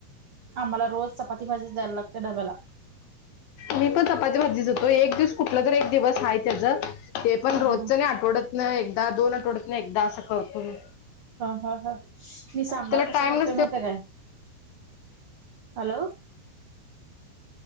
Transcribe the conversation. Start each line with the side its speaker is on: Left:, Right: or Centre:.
Right: आम्हाला रोज चपाती, भाजीच द्यायला लागत्या डब्याला
Left: मी पण, चपाती, भाजीच देतो एक दिवस, कुठलातरी एक दिवस हाय त्याचं. ते पण
Right: ह
Left: रोजचं
Right: ह
Left: नाही, आठवडत न एकदा, दोन आठवडत न एकदा, असं करतो मी
Right: हा हा हा. मी सांबार
Left: त्याला
Right: कसं
Left: टाइम
Right: करतोय
Left: नसते
Right: माहित आहे काय? हॅलो.